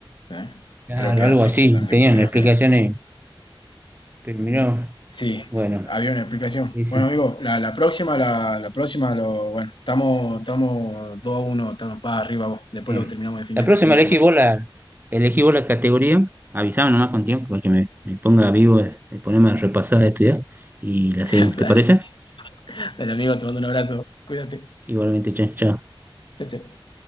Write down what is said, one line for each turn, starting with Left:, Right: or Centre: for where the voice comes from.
Left: ¿eh?
Right: Claro,
Left: Creo que
Right: algo
Left: así
Right: así,
Left: justamente
Right: tenían
Left: como se
Right: explicaciones,
Left: refieren.
Right: pero mirá, vos,
Left: Sí,
Right: bueno,
Left: había una explicación.
Right: dice.
Left: Bueno, amigo, la, la próxima, la, la próxima, lo, bueno, estamos, estamos 2 a uno, estamos para arriba vos. Después
Right: Bien.
Left: lo terminamos definiendo
Right: La próxima
Left: el fin de
Right: elegí
Left: semana.
Right: vos la, elegí vos la categoría, avísame nomás con tiempo para que me, me ponga vivo de, de ponerme a repasar, a estudiar y la
Left: <laughs>
Right: seguimos, ¿te
Left: Dale.
Right: parece?
Left: Dale, amigo, te mando un abrazo. Cuídate.
Right: Igualmente, chao. chao.
Left: Chao, chao.